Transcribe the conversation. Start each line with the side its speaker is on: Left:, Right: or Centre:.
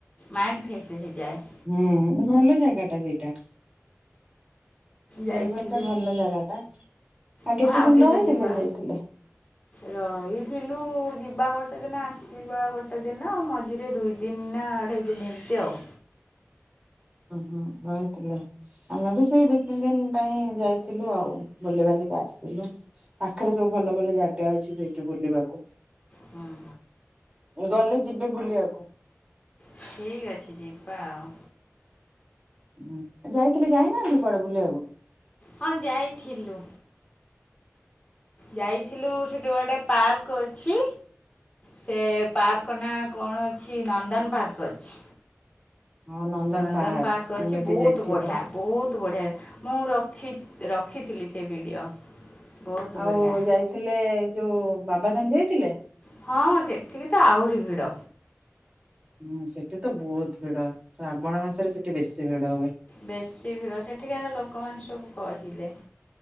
Left: ମାଇଣ୍ଡ ଫ୍ରେଶ ହେଇଯାଏ।
Right: ହୁଁ ଭଲ ଜାଗା ଟା ସେଇଟା। ଦେଓଗଡ
Left: ଯାଇଥିଲି
Right: ଟା ଭଲ ଜାଗା ଟା, ଆଉ
Left: ହଁ
Right: କେତେ ଦିନ
Left: କେବେ
Right: ରହିଥିଲେ
Left: ଯିବା।
Right: ଯାଇଥିଲେ?
Left: ରହିଥିଲୁ ଯିବା ଗୋଟେ ଦିନ ଆସିବା ଗୋଟେ ଦିନ ମ ଆଜିରେ ଦୁଇ ଦିନ ନା ଅଢ଼େଇ ଦିନ ଏମିତି ଆଉ।
Right: ଉଁ ହୁଁ ରହିଥିଲେ। ଆମେ ବି ସେଇ ଦି ତିନି ଦିନି ପାଇଁ ଯାଇଥିଲୁ ଆଉ ବୁଲିିବାଲିକି ଆସିଥିଲୁ। ପାଖେରେ ସବୁ ଭଲ ଭଲ ଜାଗା ଅଛି ସେଇଠି ବୁଲିବାକୁ।
Left: ହୁଁ
Right: ଗଲେ ଯିବେ ବୁଲିଆକୁ।
Left: ଠିକ ଅଛି ଯିବା ଆଉ।
Right: ହୁଁ ଯାଇଥିଲେ ଯାଇ ନାହାନ୍ତି କୁଆଡେ ବୁଲିଆକୁ।
Left: ହଁ ଯାଇଥିଲୁ। ଯାଇଥିଲୁ ସେଠି ଗୋଟେ ପାର୍କ ର୍କ ଅଛି ସେ ପାର୍କ ନାଁ କଣ ଅଛି ନନ୍ଦନ ପାର୍କ ଅଛି।
Right: ହଁ
Left: ନନ୍ଦନ
Right: ପାହାର
Left: ପାର୍କ ଅଛି
Right: ଆମେ
Left: ବହୁତ
Right: ବି ଯାଇଥିଲୁ
Left: ବଢ଼ିଆ।
Right: ପରା
Left: ବହୁତ ବଢ଼ିଆ ମୁଁ ରଖି ରଖିଥିଲି ସେ ଭିଡ଼ିଓ। ବହୁତ
Right: ଆଉ
Left: ବଢ଼ିଆ।
Right: ଯାଇଥିଲେ ଏ ଯୋଉ ବାବା ଧାମ ଯାଇଥିଲେ?
Left: ହଁ ସେଠିକି ତ ଆହୁରି ଭିଡ଼।
Right: ହୁଁ ସେଠି ତ ବହୁତ ଭିଡ ଶ୍ରାବଣ ମାସରେ ସେଠି ବେଶୀ ଭିଡ ହୁଏ।
Left: ବେଶୀ ଭିଡ଼ ସେଠିକାର ଲୋକମାନେ ସବୁ କହିଲେ।